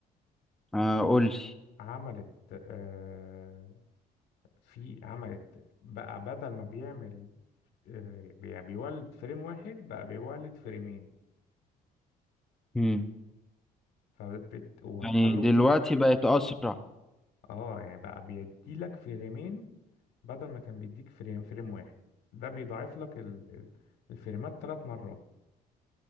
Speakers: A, in the centre; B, on the left (about 75°).
A: آه قول لي
B: عملت آه في عملت بقى بدل ما بيعمل آه بي- بيولد فريم واحد بقى بيولد فريمين
A: امم
B: فبت وحلوا
A: يعني دلوقتي
B: مشكلة
A: بقت اسرع
B: اه يعني بقى بيدي لك فريمين بدل ما كان بيديك فريم فريم واحد ده بيضاعف لك ال... ال- الفريمات ثلاث مرات